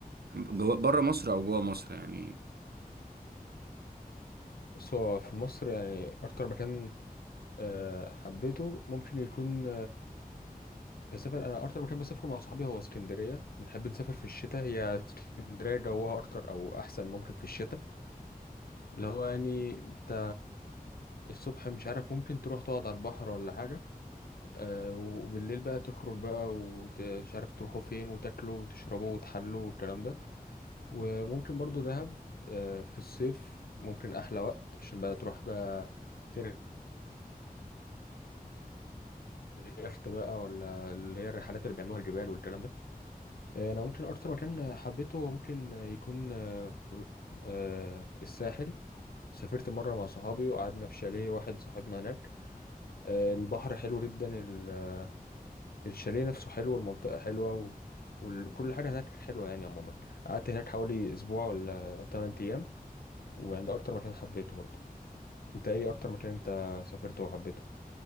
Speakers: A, on the right (about 85°); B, on the left (about 75°).
A: جوا بره مصر أو جوا مصر يعني
B: بس هو في مصر يعني اكتر مكان آه، حبيته ممكن يكون بسافر انا اكتر مكان بسافره مع صحابي هو اسكندريه بنحب نسافر في الشتاء هي اسكندريه جوها اكتر او احسن ممكن في الشتاء اللي هو يعني انت الصبح مش عارف ممكن تروح تقعد على البحر ولا حاجه أه وبالليل بقى تخرج بقى ومش عارف تروحوا فين وتاكلوا وتشربوا وتحلوا والكلام ده وممكن برضو دهب آه، في الصيف ممكن احلى وقت عشان بقى تروح بقى تركب يخت بقى ولا اللي هي الرحلات اللي بيعملوها الجبال والكلام ده آه، انا ممكن اكتر مكان حبيته ممكن يكون آه، آه، الساحل سافرت مرة مع صحابي وقعدنا في شاليه واحد صاحبنا هناك آه، البحر حلو جدا ال- آه، الشاليه نفسه حلو والمنطقة حلوة و... وكل حاجة هناك حلوة يعني عموما قعدت هناك حوالي أسبوع ولا 8 أيام وعند أكتر مكان حبيته برضه أنت إيه أكتر مكان أنت سافرته وحبيته؟